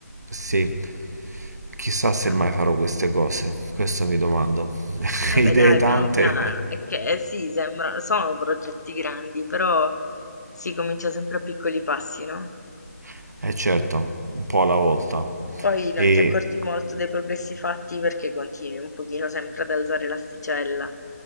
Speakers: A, on the right; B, on the left.
A: sì, chissà se
B: Am-
A: mai farò queste cose, questo mi domando. <laughs>
B: Vabbè,
A: Idee
B: dai,
A: tante,
B: piano piano. È che eh, sì, sembra, sono progetti grandi, però si comincia sempre a piccoli passi, no?
A: <laughs> eh certo, un po' alla volta.
B: E poi non
A: E
B: ti accorgi molto dei progressi fatti perché continui un pochino sempre ad alzare l'asticella.